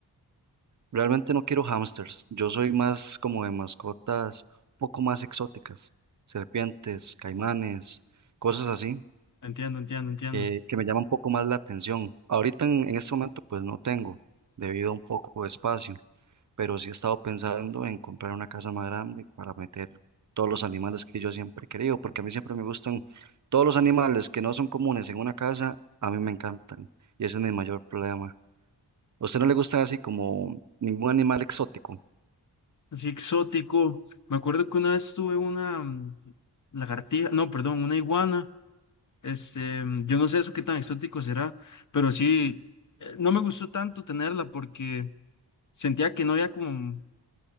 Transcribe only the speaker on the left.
Entiendo, entiendo, entiendo.
Así exótico. Me acuerdo que una vez tuve una mm, lagartija, no, perdón, una iguana. Este, mm, yo no sé eso qué tan exótico será, pero sí, eh, no me gustó tanto tenerla porque sentía que no había como,